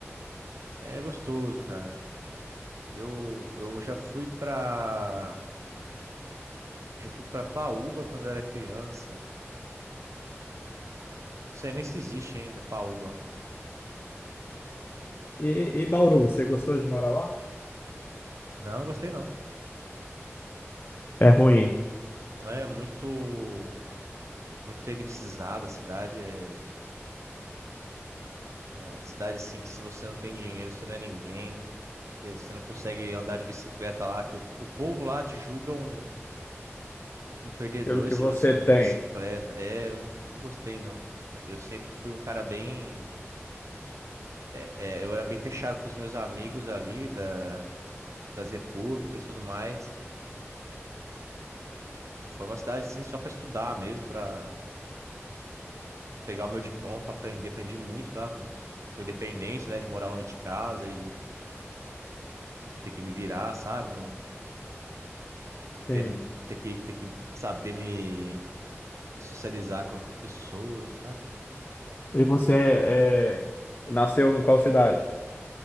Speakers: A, on the right (about 80°); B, on the left (about 40°).
A: é gostoso, cara. Eu, eu já fui pra. Já fui pra Paúba quando eu era criança. Não sei nem se existe ainda, Paúba.
B: E, e Bauru, você gostou de morar lá?
A: Não, gostei não.
B: É ruim.
A: É muito. Muito elitizada a cidade. É É, cidade assim que se você não tem dinheiro, você não é ninguém, eh, você não consegue andar de bicicleta lá, que o, o povo lá te julga um, um perdedor
B: Pelo que
A: se
B: você
A: você anda
B: tem.
A: de bicicleta. É, eu não gostei não. Eu sempre fui um cara bem, eh, eu era bem fechado com os meus amigos ali da, das repúblicas e tudo mais. Foi uma cidade assim só para estudar mesmo, para pegar o meu diploma, para aprender, aprendi muito lá com, com independência, né, de morar longe de casa e, e ter que me virar, sabe?
B: Sim.
A: ter, mu- ter que, ter que saber me, me socializar com outras pessoas, sabe?
B: E você é... é, nasceu em qual cidade?